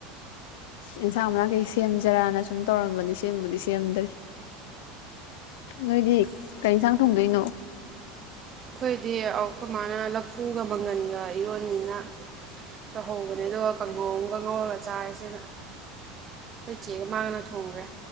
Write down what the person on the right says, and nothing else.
ꯑꯩꯈꯣꯏꯗꯤ ꯑꯩꯈꯣꯏ ꯃꯥꯅ ꯂꯐꯨꯒ ꯃꯪꯒꯟꯒ ꯏꯔꯣꯟꯅꯤꯅ ꯇꯧꯍꯧꯕꯅꯦ ꯑꯗꯨꯒ ꯀꯥꯡꯉꯧ ꯀꯥꯡꯪꯍꯧꯔꯒ ꯆꯥꯔꯁꯦꯅ ꯑꯩꯈꯣꯏ ꯆꯦꯒ ꯃꯥꯥꯡꯒꯅ ꯊꯣꯡꯈ꯭ꯔꯦ